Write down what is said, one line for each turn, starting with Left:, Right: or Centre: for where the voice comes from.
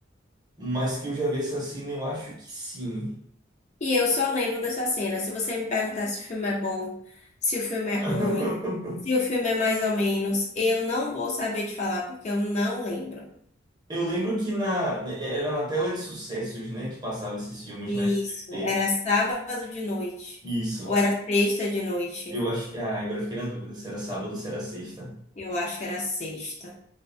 Right: mas que eu já vi essa cena, eu acho que sim.
Left: E eu só lembro dessa cena. Se você me perguntar se o filme é bom, se o filme é ruim,
Right: <laughs>
Left: se o filme é mais ou menos, eu não vou saber te falar, porque eu não lembro.
Right: Eu lembro que na, era na tela de sucessos, né, que passava esses filmes
Left: Isso,
Right: na SBT.
Left: era sábado de noite.
Right: Isso.
Left: Ou era sexta de noite.
Right: Eu acho que. Ah, agora eu fiquei na dúvida se era sábado ou se era sexta.
Left: Eu acho que era sexta.